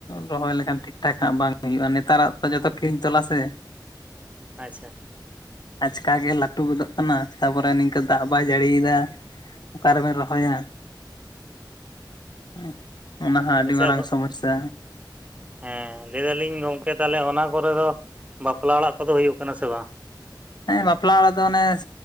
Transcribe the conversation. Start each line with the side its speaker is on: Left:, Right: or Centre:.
Left: ᱨᱚᱦᱚᱭ ᱞᱮᱠᱷᱟᱱ ᱴᱷᱤᱠ ᱴᱷᱟᱠ ᱦᱟᱸᱜ ᱵᱟᱝ ᱦᱩᱭᱩᱜᱼᱟ, ᱱᱮᱛᱟᱨᱟᱜ ᱛᱚ ᱡᱚᱛᱚ ᱠᱤᱨᱤᱧ ᱛᱚᱞᱟ ᱥᱮ᱾
Right: ᱟᱪᱪᱷᱟ᱾
Left: ᱟᱪᱠᱟ ᱜᱮ ᱞᱟᱴᱩ ᱜᱚᱫᱚᱜ ᱠᱟᱱᱟ, ᱛᱟᱯᱚᱨᱮ ᱱᱤᱝᱠᱟᱹ ᱫᱟᱜ ᱵᱟᱭ ᱡᱟᱹᱲᱤᱭᱮᱫᱟ᱾ ᱚᱠᱟ ᱨᱮᱵᱮᱱ ᱨᱚᱦᱚᱭᱟ᱾ ᱦᱩᱸ ᱚᱱᱟ ᱦᱚᱸ ᱟᱰᱤ
Right: ᱟᱪᱪᱷᱟ
Left: ᱢᱟᱨᱟᱝ
Right: ᱟᱫᱚ
Left: ᱥᱚᱢᱚᱥᱥᱟ᱾
Right: ᱦᱮᱸ ᱞᱟᱹᱭ ᱫᱟᱞᱤᱧ ᱜᱚᱝᱠᱮ ᱛᱟᱦᱚᱞᱮ ᱚᱱᱟ ᱠᱚᱨᱮ ᱫᱚ ᱼᱼ ᱵᱟᱯᱞᱟ ᱚᱲᱟᱜ ᱠᱚᱫᱚ ᱦᱩᱭᱩᱜ ᱠᱟᱱᱟ ᱥᱮ ᱵᱟᱝ?
Left: ᱦᱮᱸ ᱵᱟᱯᱞᱟ ᱚᱲᱟᱜ ᱫᱚ ᱚᱱᱮ,